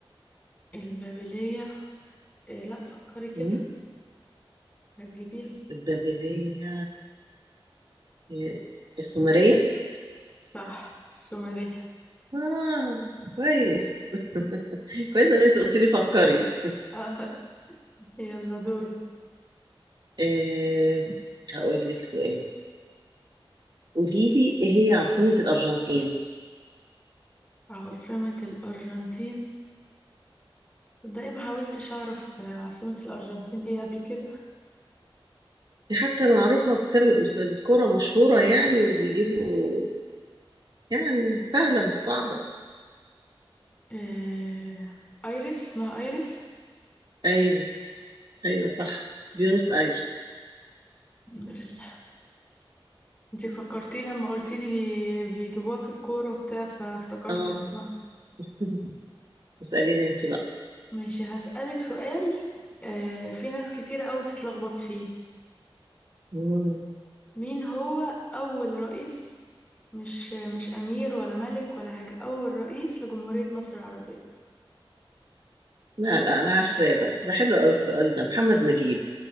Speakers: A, on the left (about 15°); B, on the right (about 50°).
A: البابلية آه، لأ فكري كده
B: مم؟
A: هتجيبيها
B: البابلية أه، السومرية
A: صح السومرية
B: آه كويس <laughs> كويس إن أنت قلت لي فكري
A: آه، <laughs> يلا دوري
B: أه هقول لك سؤال قولي لي إيه هي عاصمة الأرجنتين
A: عاصمة الأرجنتين صدقي ما حاولتش أعرف آه، عاصمة الأرجنتين ايه قبل كده
B: دي حتى معروفة بتل... في الكورة مشهورة يعني وبيجيبوا يعني سهلة مش صعبة
A: آه... ايريس اسمها ايريس
B: أيوة ايوه صح بيونس ايرس
A: الحمد لله انتي فكرتيني لما قلتيلي بي... بيجيبوها في الكورة وبتاع فافتكرت
B: اه
A: اسمها
B: <laughs> اساليني انت بقى
A: ماشي هسألك سؤال آه... في ناس كتيرة قوي بتتلخبط فيه
B: مم.
A: مين هو أول رئيس مش مش أمير ولا ملك ولا حاجة أول رئيس لجمهورية مصر العربية
B: لا لا انا عارفاه ده ده حلو قوي السؤال ده محمد نجيب